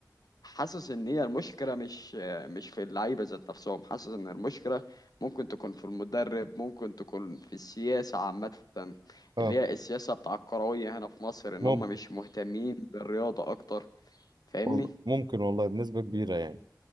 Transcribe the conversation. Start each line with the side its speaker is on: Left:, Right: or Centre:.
Left: حاسس ان هي المشكله مش مش في اللعيبه ذات نفسهم حاسس ان المشكله ممكن تكون في المدرب ممكن تكون في السياسه عامه
Right: اه
Left: اللي هي السياسه بتاع الكرويه هنا في مصر ان
Right: ممكن
Left: هما مش مهتمين بالرياضه اكتر فاهمني
Right: والله ممكن والله بنسبه كبيره يعني